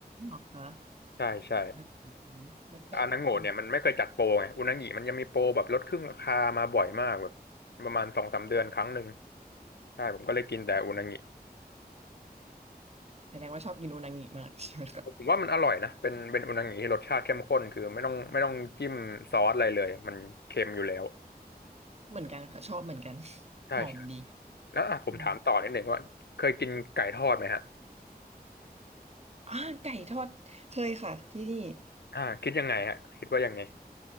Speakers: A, on the right; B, on the left.
A: หรอคะ
B: ใช่ใช่
A: เออแบบแบบคน
B: อานาโงะเนี่ยมันไม่เคยจัดโปรไงอุนางิมันยังมีโปรแบบลดครึ่งราคามาบ่อยมากแบบประมาณสองสามเดือนครั้งหนึ่งใช่ผมก็เลยกินแต่อุนางิ
A: แสดงว่าชอบกินอุนางิมากใช่ไหมคะ
B: ผมว่ามันอร่อยนะ เป็นเป็นอุนางิที่รสชาติเข้มข้นคือไม่ต้องไม่ต้องจิ้มซอสอะไรเลยมันเค็มอยู่แล้ว
A: เหมือนกันค่ะชอบเหมือนกัน
B: ใช่ใช่
A: หอมดี
B: แล้วอ่ะผมถามต่อนิดหนึ่งว่าเคยกินไก่ทอดไหมฮะ
A: อืมอ่าไก่ทอดเคยค่ะที่นี่
B: อ่าคิดยังไงฮะคิดว่ายังไง